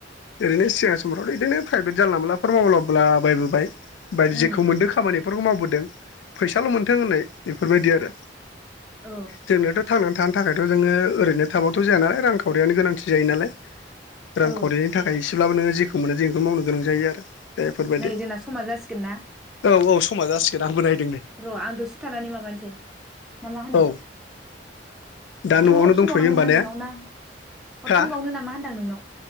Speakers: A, on the left; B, in the centre.
A: ओरैनो सिगां समफ्रावथ' इदिनो फ्राइभेट जानला मलाफोर मावलाबोला बायबोबाय बायदि
B: उम
A: जेखौ मोन्दों खामानिफोरखौ मावबोदों फैसााल' मोनथों होननाय इफोरबायदि आरो
B: औ
A: जोंनोथ' थांनानै थानो थाखायथ' जोङो ओरैनो थाबाथ' जाया ना रांखावरियानो गोनांथि जायो नालाय रांखावरिनि
B: औ
A: थाखाय एसेब्लाबो नोङो जेखौ मोनो जे इखौ मावनो गोनां जायो आरो दे फोरबायदि
B: नै जोंना समा जासिगोन ना
A: औ औ समा जासिगोन आंबो नाय
B: र' आं दसे थानानै माबानिसै ना मा होनो
A: औ
B: ओ
A: दा
B: ओमफाय
A: न'आवनो
B: हरफिनबावनांगोन
A: दंथ'यो होमबा
B: ना
A: ने
B: नोंनाव ना हरफिनबावनो
A: हा
B: नामा होनदां नोंनाव?